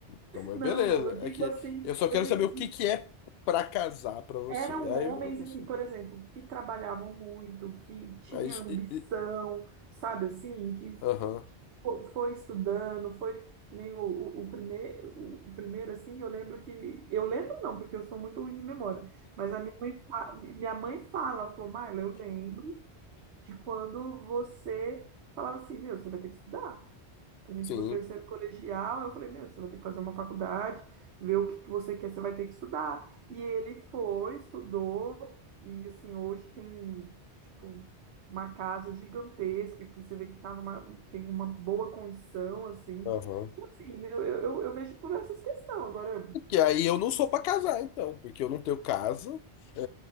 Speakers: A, on the left; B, on the right.
A: Então, mas
B: Não,
A: beleza.
B: não, eu digo
A: É que
B: assim,
A: eu só quero
B: eu digo
A: saber
B: assim,
A: o que que é pra casar pra você.
B: eram
A: Aí
B: homens
A: você.
B: assim, por exemplo, que trabalhavam muito, que tinha
A: Aí.
B: ambição,
A: e- e-
B: sabe assim, que,
A: Aham.
B: que fo- foi, estudando, foi que nem o, o, o primeiro, o o primeiro assim, eu lembro que, eu lembro não, porque eu sou muito ruim de memória, mas a minha mãe, fa- minha mãe fala, ela falou, Maila, eu lembro de quando você falava assim, meu, você vai ter que estudar. A gente
A: Sim.
B: no terceiro colegial, eu falei, meu, você vai ter que fazer uma faculdade, ver o que que você quer, você vai ter que estudar. E ele foi, estudou, e assim, hoje tem, tipo, uma casa gigantesca que você vê que tá numa, tem uma boa condição, assim.
A: Aham.
B: Enfim, eu, eu, eu eu vejo por essas questões. Agora,
A: Que aí eu não sou pra casar, então, porque eu não tenho casa, é,